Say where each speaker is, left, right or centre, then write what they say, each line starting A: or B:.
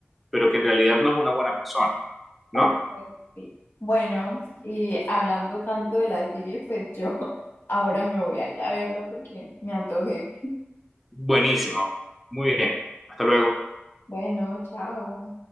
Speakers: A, in the centre; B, on the left.
A: pero que en realidad no es una buena persona, ¿no?
B: Ok, sí. Bueno, y hablando tanto de la serie, pues yo <laughs> ahora me voy a ir a verla porque me antojé.
A: Buenísimo. Muy bien. Hasta luego.
B: Bueno, chao.